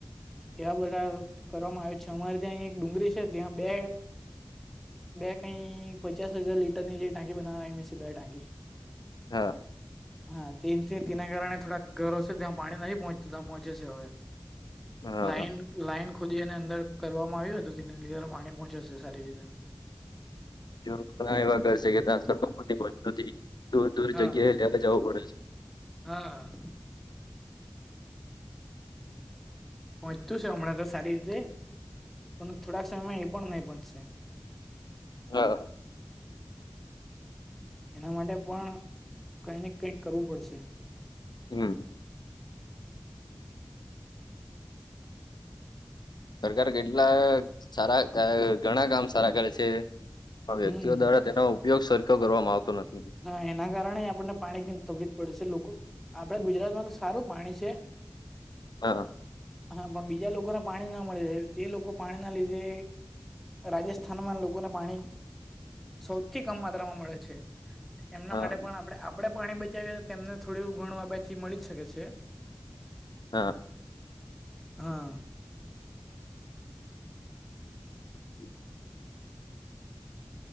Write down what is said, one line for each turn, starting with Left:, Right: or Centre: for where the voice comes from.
Centre: એવા બધા કરવામાં આવ છે અમારે ત્યાં એક ડુંગળી છે ત્યાં બે બે કઈ પચાસ હજાર લીટરની જે ટાંકી બનાવા મ બે ટાંકી
Left: હા
Centre: હા તે તેના કારણે થોડાક ગરોવ છે ત્યાં પાણી નથી પહોચતું ત્યાં પહોંચે છે હવે
Left: હા
Centre: લાઈન લાઈન ખોદી અને અંદર કરવામાં આવ્યું હત તે લીટર પાણી પહોંચાશે સારી રીતે
Left: ઘ એવા કરશે કે ત્યાં સર મોથી દૂર દૂર
Centre: હા
Left: જગ્યાએ લેવા જવું પડે છે
Centre: હા પહોંચતું છે હમણાં તો સારી રીતે પણ થોડાક સમયમાં એ પણ નહીં પહોંચશે
Left: હા
Centre: એના માટે પણ કઈ ને કઈક કરવું પડશે
Left: હમ સરકાર કેટલા સારા ઘણા કામ સારા કરે છે પણ વ્યક્તિઓ
Centre: હમ
Left: દ્વારા તેનો ઉપયોગ સરખો કરવામાં આવતો નથી
Centre: હ એના કારણે આપણને પાણી તકલીફ પડે છે લોકો આપડ ગુજરાતમાં તો સારું પાણી છે
Left: હા
Centre: હા પણ બીજા લોકોને પાણી ના મળી રહે તે લોકો પાણી ના લીધે રાજસ્થાનમાં લોકોને પાણી સૌથી કમ માત્રામાં મળે છે એમના
Left: હા
Centre: માટે પણ આપણે આપડે પાણી બચાવીએ તો તેમને થોડ ઘણુંવા બાછી મળી જ શકે છે
Left: હા
Centre: હા
Left: હ <unintelligible>